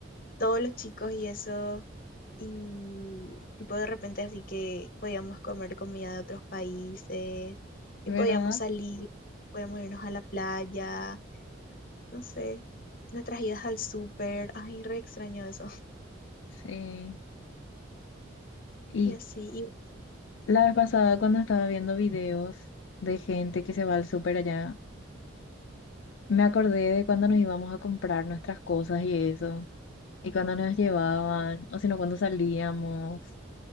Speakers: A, on the left; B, on the left.
A: todos los chicos y eso, y tipo de repente así que podíamos comer comida de otros países, que
B: ¿Verdad?
A: podíamos salir, podíamos irnos a la playa, no sé, nuestras idas al súper, ay, re extraño eso. <laughs>
B: Sí. Y
A: Y así, y
B: la vez pasada cuando estaba viendo videos de gente que se va al súper allá, me acordé de cuando nos íbamos a comprar nuestras cosas y eso, y cuando nos llevaban, o si no, cuando salíamos,